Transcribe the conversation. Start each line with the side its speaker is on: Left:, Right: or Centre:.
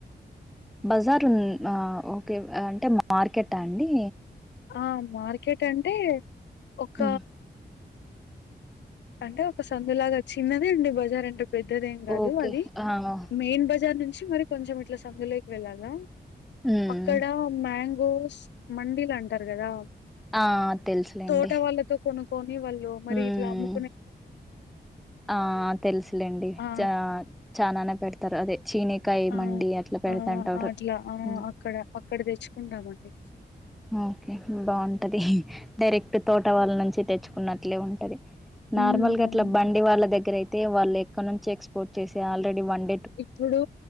Centre: బజార్ ఉ ఆ ఓకే ఆ అంటే మార్కెటా అండి?
Left: ఆ మార్కెట్ అంటే ఒక
Centre: హ్మ్.
Left: అంటే ఒక సందులాగా చిన్నదే అండి బజారంటే పెద్దదెం కాదు
Centre: ఓకే
Left: అది
Centre: ఆ
Left: మెయిన్ బజార్ నుంచి మరి కొంచెం ఇట్లా సందులోకి వెళ్ళాలా
Centre: హ్మ్
Left: అక్కడ మ్యాంగోస్ మండీలు అంటారు కదా
Centre: ఆ తెలుసులేండి
Left: తోట వాళ్ళతో కొనుక్కొని వాళ్ళు మరి
Centre: హ్మ్
Left: ఇట్లా ము
Centre: ఆ తెలుసులేండి
Left: ఆ
Centre: చ చనానే పెడతారు అదే చీనికా ఏమండి
Left: ఆ
Centre: అట్లా పెడతాంటారు
Left: ఆ అట్లా ఆ
Centre: ఉ
Left: అక్కడ అక్కడ తెచ్చుకుంటామండి.
Centre: ఓకే బాగుంటది డైరెక్ట్ తోట వాళ్ళ నుంచి తెచ్చుకున్నట్లే ఉంటది
Left: హ్మ్
Centre: నార్మల్ గా
Left: అవునండి.
Centre: అట్లా బండి వాళ్ళ దగ్గర అయితే వాళ్ళు ఎక్కడ నుంచి ఎక్స్పోర్ట్ చేసి ఆల్రెడీ బండి
Left: ఇప్పుడు